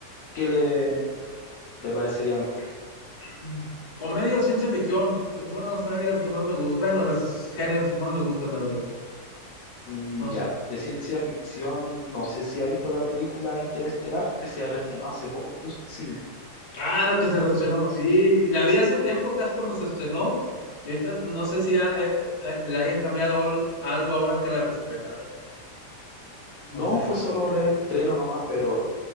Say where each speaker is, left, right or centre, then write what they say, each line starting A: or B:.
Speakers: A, on the left (about 65°); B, on the left (about 45°).
A: ¿Qué le, le parecería mejor?
B: Mm, Comedia o ciencia ficción, son las áreas que más me gustan, bueno, los géneros que más me gustan, la verdad.
A: Mm,
B: No
A: ya,
B: sé.
A: de ciencia ficción, no sé si ha visto la película Interestelar, que se reestrenó hace poco incluso en cine.
B: Ah, la que se estrenó, sí, la vi hace tiempo, casi cuando se estrenó, y ahorita no sé si ha- eh, eh, le hayan cambiado algo, algo ahora que la reestrenaron,
A: No
B: no sé.
A: fue solo reestreno nomás, pero